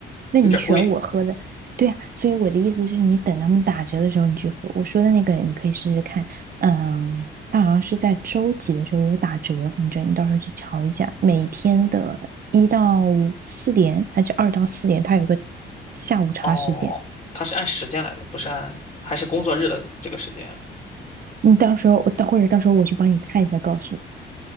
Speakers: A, on the right (about 45°); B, on the left (about 35°).
A: 那你选我喝的，
B: 有点贵。
A: 对呀、啊所以我的意思是你等他们打折的时候你去喝。我说的那个你可以试试看，嗯，它好像是在周几的时候有打折，反正你到时候去瞧一下。每天的一到四点还是二到四点，它有个下午茶时间。
B: 哦，它是按时间来的，不是按还是工作日的这个时间啊
A: 你到时候我到或者到时候我去帮你看一下，告诉你。